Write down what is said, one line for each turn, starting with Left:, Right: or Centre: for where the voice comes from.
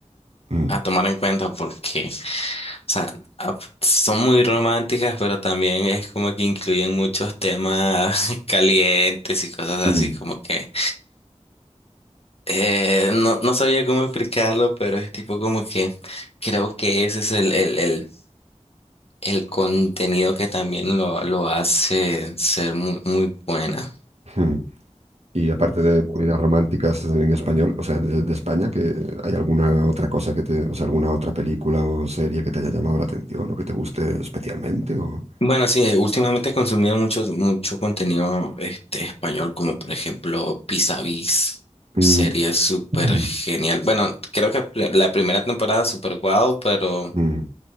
Right: Mm,
Left: a tomar en cuenta porque, o sea, a- son muy románticas, pero también es como que incluyen muchos temas <laughs> calientes y cosas así,
Right: mm,
Left: como que eh, no, no sabía cómo explicarlo, pero es tipo como que creo que ese es el, el, el, el contenido que también lo, lo hace ser muy, muy buena.
Right: mm. Y aparte de comidas románticas en español, o sea, de, de España, que hay alguna otra cosa que te, o sea, alguna otra película o serie que te haya llamado la atención o que te guste especialmente o...
Left: Bueno, sí, eh, últimamente he consumido mucho, mucho contenido este, español, como por ejemplo Vis a Vis,
Right: Mm,
Left: serie súper
Right: mm,
Left: genial. Bueno, creo que pr- la primera temporada súper guau, pero
Right: mm.